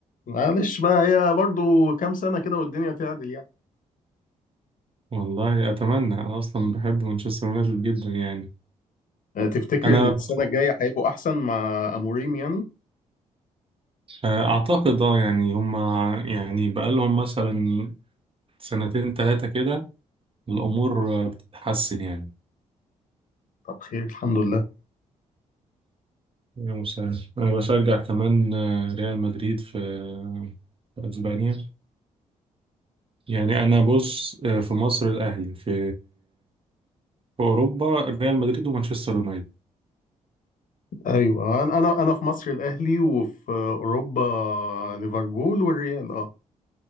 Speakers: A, on the left; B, on the right.
A: معلش بقى هي برضو كام سنة كده والدنيا تعدل يعني
B: والله اتمنى انا اصلا بحب مانشستر يونايتد جدا يعني
A: آه، تفتكر
B: انا
A: السنة الجاية هيبقوا احسن مع اموريم يعني
B: أعتقد أه يعني هما يعني بقالهم مثلا سنتين تلاتة كده الأمور آه، بتتحسن يعني
A: طب خير الحمد لله
B: يا مساعد. أنا بشجع كمان آه، ريال مدريد في آه، في أسبانيا يعني أنا بص آه، في مصر الأهلي في في أوروبا ريال مدريد ومانشستر يونايتد
A: ايوه انا انا أنا في مصر الاهلي وفي اوروبا ليفربول والريال اه